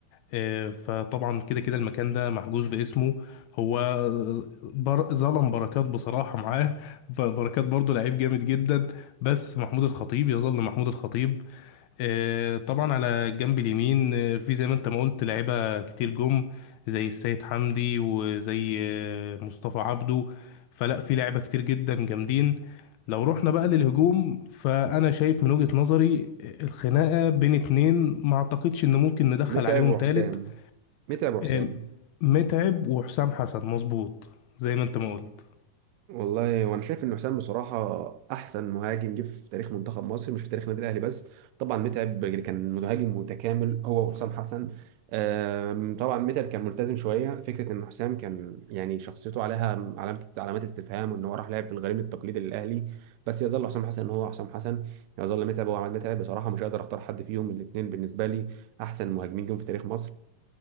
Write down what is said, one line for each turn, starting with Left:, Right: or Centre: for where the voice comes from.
Left: آه، فطبعا كده كده المكان ده محجوز باسمه هو آه، بر ظلم بركات بصراحة معاه ب- بركات برضه لعيب جامد جدا بس محمود الخطيب يظل محمود الخطيب آه، طبعا على الجنب اليمين آه، في زي ما انت ما قلت لعيبة كتير جم زي السيد حمدي وزي آه، مصطفى عبده فلا في لعيبة كتير جدا جامدين لو رحنا بقى للهجوم فأنا شايف من وجهة نظري آه، الخناقة بين اتنين ما اعتقدش ان ممكن ندخل
Right: متعب
Left: عليهم
Right: وحسام
Left: تالت
Right: متعب وحسام
Left: آه، متعب وحسام حسن مظبوط زي ما انت ما قلت
Right: والله وانا شايف ان حسام بصراحه احسن مهاجم جه في تاريخ منتخب مصر مش في تاريخ النادي الاهلي بس طبعا متعب يعني كان مهاجم متكامل هو وحسام حسن أم، طبعا متعب كان ملتزم شويه فكره ان حسام كان يعني شخصيته عليها علامه علامات استفهام وان هو راح لعب في الغريم التقليدي للاهلي بس يظل حسام حسن هو حسام حسن يظل متعب هو عماد متعب بصراحه مش هقدر اختار حد فيهم الاثنين بالنسبه لي احسن مهاجمين جم في تاريخ مصر